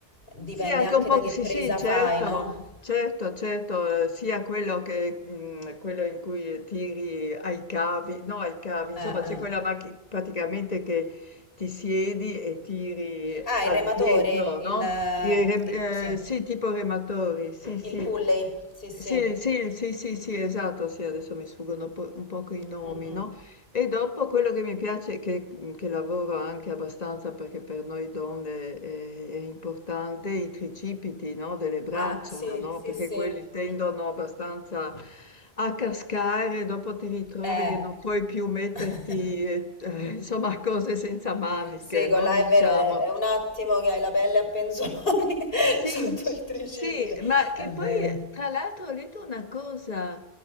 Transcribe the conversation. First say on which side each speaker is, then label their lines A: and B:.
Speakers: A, on the left (about 60°); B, on the left (about 40°).
A: dipende
B: Sì, anche
A: anche
B: un po',
A: da che
B: sì,
A: presa
B: sì, certo,
A: fai, no?
B: certo, certo, eh, sia quello che mm, quello in cui tiri ai cavi, no, ai cavi, insomma,
A: Eh,
B: c'è
A: eh.
B: quella macchina praticamente che ti siedi e tiri
A: Ah,
B: all'indietro,
A: il rematore, il,
B: no?
A: eh,
B: I rem-
A: il, sì,
B: eh, sì, tipo rematori, sì, sì.
A: il pulley, sì, sì.
B: Sì, sì, sì, sì, sì, esatto, sì, adesso mi sfuggono po- un poco i nomi,
A: Mm, mm.
B: no? E dopo quello che mi piace, che, mhmm, che lavoro anche abbastanza perché per noi donne è, è importante, i tricipiti, no, delle braccia,
A: Ah, sì,
B: no,
A: sì,
B: perché
A: sì.
B: quelli tendono abbastanza a cascare, dopo ti ritrovi
A: Eh.
B: che non puoi più metterti,
A: <laughs>
B: eh, eh, insomma, cose senza maniche,
A: Sì, con
B: no,
A: là
B: diciamo.
A: è vero, è è un attimo che hai la pelle a penzoloni <laughs>
B: Sì,
A: sotto il tricipite.
B: sì, ma che
A: È vero.
B: poi tra l'altro ho letto una cosa